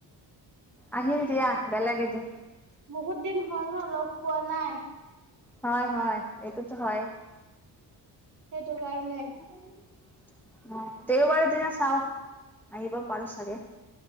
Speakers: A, in the centre; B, on the right.
A: আহিম দিয়া বেলগে এদিন।
B: বহুত দিন হ'ল ন লগ পোৱা নাই।
A: হয় হয় এইটোত হয়।
B: সেইটো কাৰণে।
A: অ', দেওবাৰে দিনা চাও আহিব পাৰো চাগে।